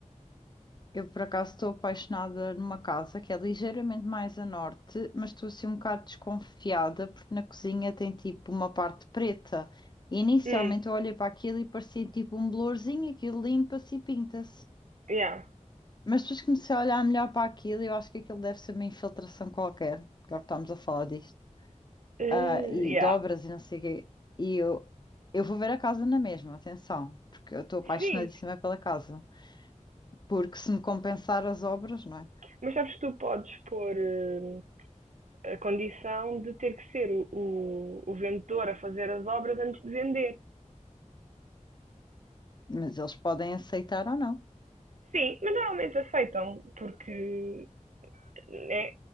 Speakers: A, on the left; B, on the right.
A: Eu, por acaso, estou apaixonada numa casa que é ligeiramente mais a norte, mas estou assim um bocado desconfiada porque na cozinha tem tipo uma parte preta. E inicialmente
B: Hum,
A: eu olhei para aquilo e parecia tipo um blorzinho, aquilo limpa-se e pinta-se.
B: yeah.
A: Mas depois comecei a olhar melhor para aquilo e eu acho que aquilo deve ser uma infiltração qualquer. Agora que estamos a falar disto.
B: Eh,
A: Ah, e
B: yeah.
A: dobras e não sei o quê. E eu, eu vou ver a casa na mesma, atenção, porque eu estou apaixonadíssima
B: Sim,
A: pela casa. Porque se me compensar as obras, não é?
B: mas sabes que tu podes pôr eh, a condição de ter que ser o, o, o vendedor a fazer as obras antes de vender.
A: Mas eles podem aceitar ou não.
B: Sim, mas normalmente aceitam, porque né,